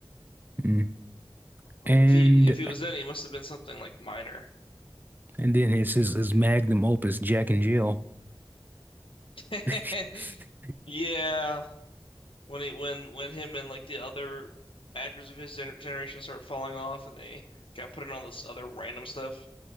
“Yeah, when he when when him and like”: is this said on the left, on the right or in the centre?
Left